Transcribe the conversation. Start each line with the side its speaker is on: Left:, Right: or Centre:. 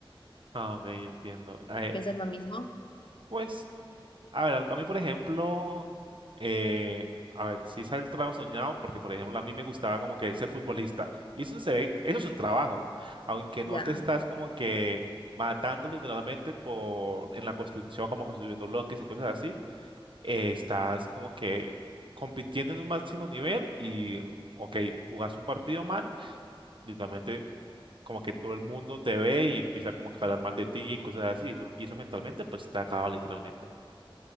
Right: Ah, ok, entiendo. Eh,
Left: ¿Piensas lo mismo?
Right: pues. A ver, a mí, por ejemplo, eh, a ver, sí sale el trabajo soñado, porque, por ejemplo, a mí me gustaba como que ser futbolista. Y eso se ve, eso es un trabajo, aunque no
Left: Ya,
Right: te estás como que matando literalmente por, en la construcción, como construyendo bloques y cosas así, eh, estás como que compitiendo en un máximo nivel y, ok, jugas un partido mal, literalmente como que todo el mundo te ve y empieza como que a hablar mal de ti y cosas así, eso, y eso mentalmente pues te acaba literalmente.